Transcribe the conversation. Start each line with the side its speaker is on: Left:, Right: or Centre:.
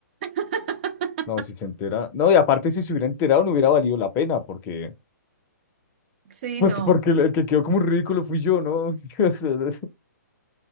Right: <laughs>
Left: no, si se entera. No, y aparte si se hubiera enterado no hubiera valido la pena, porque,
Right: Sí,
Left: pues
Right: no,
Left: porque el, el que quedó como un ridículo fui yo, ¿no? <laughs>